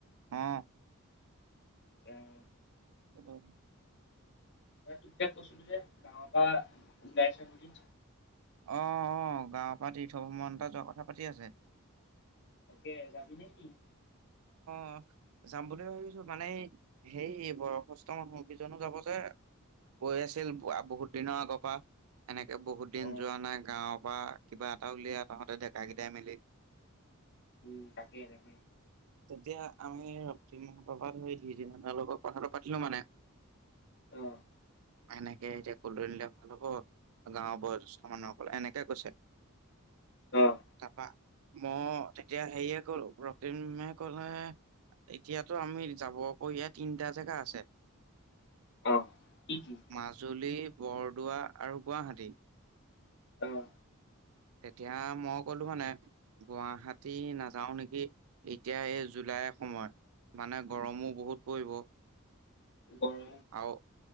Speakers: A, on the right; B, on the left.
A: অ
B: আহ
A: এইটো
B: তই তেতিয়া কৈছিলো যে গাঁৱৰ পা ওলাইছে বুলি।
A: অহ অহ গাঁৱৰ পৰা তীৰ্থ ভ্ৰমণ এটা যোৱা কথা পাতি আছে।
B: তাকে যাবি নেকি
A: অ যাম বুলি ভাবিছো মানে হেই বয়সস্থ মানুহ কেইজনো যাব যে
B: <inaudible>
A: কৈ আছিল বহুত দিনৰ আগৰ পৰা এনেকে বহুত দিন
B: অ',
A: যোৱা নাই গাঁৱত কিবা এটা উলিয়াই তহঁতে ডেকা কেইটাই মিলি।
B: উম তাকেই তাকেই
A: তেতিয়া আমি তিমি সোপা পা ধই সিদিনা তাৰ লগত কথাটো পাতিলো মানে।
B: অ',
A: এনেকে এতিয়া কলৈ নিলে ভাল হ'ব গাঁৱৰ বয়োজেষ্ঠ মানুহসকলে এনেক- কৈছে
B: অ',
A: তাৰপা মই তেতিয়া হেৰিয়ে কৰলো মেমে কলে এতিয়াতো আমি যাব পৰীয়া তিনিটা জেগা আছে।
B: অ', কি কি?
A: মাজুলী, বৰদোৱা আৰু গুৱাহাটী
B: আহ
A: তেতিয়া মই কলো মানে গুৱাহাটী নাযাও নেকি এতিয়া এই জুলাই এ সময় মানে গৰমো বহুত পৰিব
B: হয়
A: আৰু